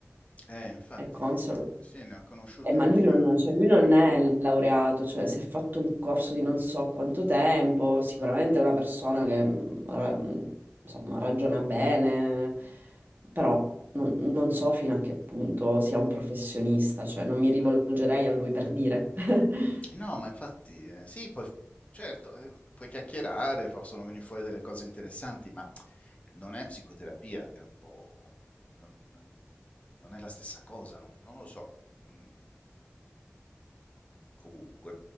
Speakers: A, on the left; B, on the right.
A: Eh, infatti,
B: È console.
A: sì, ne ho conosciuti
B: Eh, ma
A: anch'io.
B: lui non, cioè, lui non è laureato, cioè si è fatto un corso di non so quanto tempo, sicuramente è una persona che mh, ra- mh, insomma, ragiona bene, però non, non so fino a che punto sia un professionista, cioè non mi rivolgerei a lui per dire.
A: No,
B: <laughs>
A: ma infatti, eh, sì, poi, certo, eh, puoi chiacchierare, possono venire fuori delle cose interessanti, ma non è psicoterapia, è un po'... non, non- non è la stessa cosa, non, non lo so. Mm, comunque.